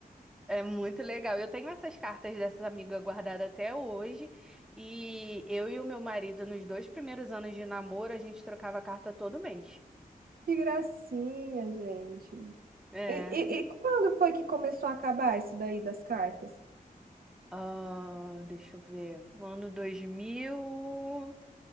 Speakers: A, in the centre; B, on the right.
A: É muito legal. Eu tenho essas cartas dessas amigas guardadas até hoje. E eu e o meu marido, nos dois primeiros anos de namoro, a gente trocava carta todo mês.
B: Que gracinha, gente.
A: É.
B: E,
A: e-
B: e, e quando foi que começou a acabar isso daí das cartas?
A: ah, deixa eu ver. No ano 2000,